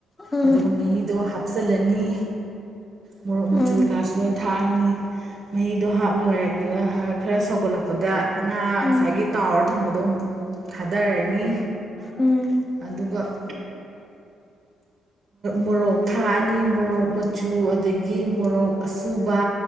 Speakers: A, on the left; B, on the right.
A: ꯎꯝ
B: ꯑꯗꯨꯒ ꯃꯍꯤꯗꯣ ꯍꯥꯞꯆꯤꯜꯂꯅꯤ ꯃꯣꯔꯣꯛ ꯃꯆꯨ
A: ꯎꯝ
B: ꯀꯩꯀꯥꯁꯨ ꯂꯣꯏ ꯊꯥꯛꯑꯅꯤ ꯃꯍꯤꯗꯣ ꯍꯥꯞ ꯂꯣꯏꯔꯒ ꯈꯔ ꯁꯧꯒꯠꯂꯛꯄꯗ ꯉꯥ
A: ꯎꯝ
B: ꯉꯁꯥꯏꯒꯤ ꯇꯥꯎꯔ ꯊꯝꯕꯗꯣ ꯑꯃꯨꯛ ꯊꯥꯗꯔꯅꯤ
A: ꯎꯝ
B: ꯑꯗꯨꯒ <inaudible> ꯃꯣꯔꯣꯛ ꯊꯥꯛ ꯑꯅꯤ ꯃꯣꯔꯣꯛ ꯃꯆꯨ ꯑꯗꯒꯤ ꯃꯣꯔꯣꯛ ꯑꯁꯨꯕ